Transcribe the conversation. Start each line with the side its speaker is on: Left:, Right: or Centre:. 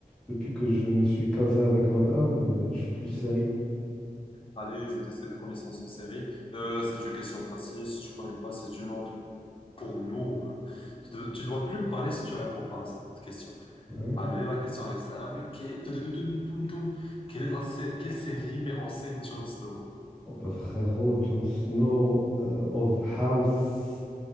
Centre: depuis que je me suis casé avec madame, euh, je suis plus série.
Left: Allez, je vais tester tes connaissances en série. Euh, c'est une question facile. Si tu connais pas, c'est une honte pour nous. Euh, Tu, dois- tu dois plus me parler si tu réponds pas à cette question.
Centre: Ouais.
Left: Allez, la question est simple. Que- tudududum, tum, tum. Quelle est la sé- quelle série met en scène Jon Snow?
Centre: Oh bah frérot, Jon Snow, euh, of House.